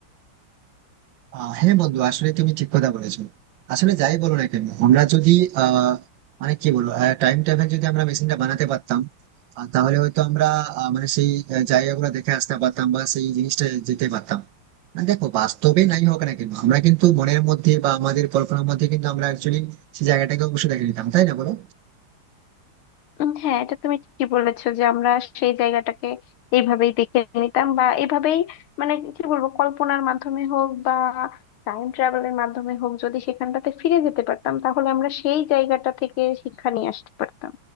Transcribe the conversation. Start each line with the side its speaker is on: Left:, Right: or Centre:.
Right: আহ, হ্যাঁ বন্ধু আসলে তুমি ঠিক কথা বলেছো আসলে যাই বলো না কেন আমরা যদি আহ মানে কি বলবো টাইম ট্রাভেল যদি আমরা মেশিনটা বানাতে পারতাম আহ, তাহলে হয়তো আমরা আহ, মানে সেই আহ, জায়গাগুলো দেখে আসতে পারতাম বা সেই জিনিসটা যেতে পারতাম আর দেখো বাস্তবে নাই হোক না কেন আমরা কিন্তু মনের মধ্যে বা আমাদের কল্পনার মধ্যে কিন্তু আমরা অ্যাকচুয়ালি সেই জায়গাটাকে অবশ্যই দেখে নিতাম তাই না বলো
Left: উম হ্যাঁ এটা তুমি ঠিকই বলেছো যে আমরা সেই জায়গাটাকে এইভাবেই দেখে নিতাম বা এইভাবেই মানে কি বলবো কল্পনার মাধ্যমে হোক বা টাইম ট্রাভেলের মাধ্যমে হোক যদি সেখানটাতে ফিরে যেতে পারতাম তাহলে আমরা সেই জায়গাটা থেকে শিক্ষা নিয়ে আসতে পারতাম